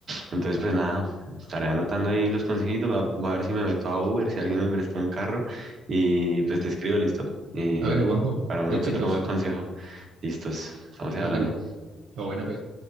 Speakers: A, on the right; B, on the right.
A: Entonces, pues nada, estaré anotando ahí los consejitos, va- voy a ver si me meto a Uber, si alguien me presta un carro y pues te escribo, listo. Y
B: Hágale, Juanjo,
A: para uno
B: éxitos,
A: que otro más consejo, listos, estamos ahí
B: hágale,
A: hablando.
B: la buena, pues.